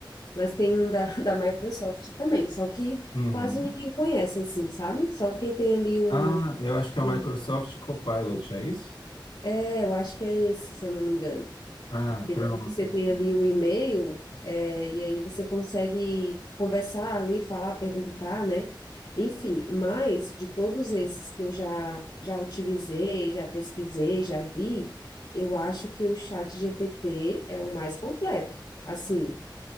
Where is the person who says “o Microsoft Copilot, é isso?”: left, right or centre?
Left